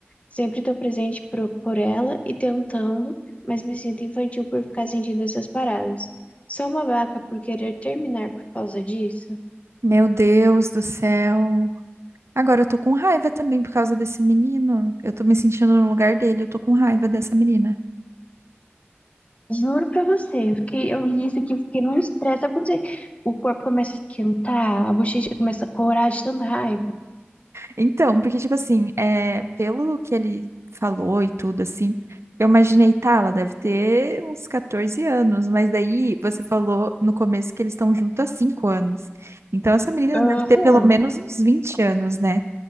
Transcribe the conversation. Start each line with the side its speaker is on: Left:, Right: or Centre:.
Left: Sempre tô presente pro, por ela e tentando, mas me sinto infantil por ficar sentindo essas paradas. Sou uma vaca por querer terminar por causa disso.
Right: Meu Deus do céu. Agora eu tô com raiva também por causa desse menino. Eu tô me sentindo no lugar dele, eu tô com raiva dessa menina.
Left: Juro pra você, eu fiquei, eu li isso aqui, eu fiquei num estresse. Sabe quando você- o corpo começa a esquentar, a bochecha começa a corar de tanta raiva?
Right: Então, porque, tipo assim, é, pelo que ele falou e tudo, assim, eu imaginei, tá, ela deve ter uns 14 anos, mas daí você falou no começo que eles estão juntos há 5 anos. Então, essa menina deve
Left: Aham,
Right: ter pelo menos uns 20 anos, né?